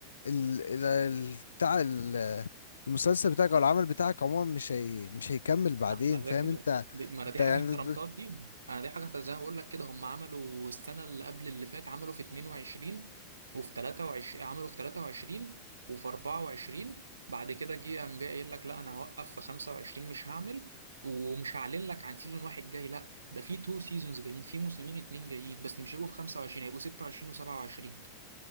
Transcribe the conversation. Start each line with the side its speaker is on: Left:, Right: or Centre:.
Left: ال... ال... ال- بتاع ال... المسلسل بتاعك او العمل بتاعك عموما مش هي... مش هيكمل بعدين
Right: على
Left: فاهم
Right: فكرة
Left: انت
Right: ب- ما انا
Left: انت
Right: دي حاجة
Left: يعني
Right: احترمتها فيهم انا دي حاجة احترمتها زي ما بقول لك كده هم عملوا السنة اللي قبل اللي فات عملوا في 22 وفي 23 عملوا في 23 وفي 24 بعد كده جه قام جاي قايل لك لا انا هوقف في 25 مش هعمل ومش هعلن لك عن سيزون واحد جاي لا ده في تو سيزونز جايين في موسمين اتنين جايين بس مش هيبقوا في 25 هيبقوا 26 و27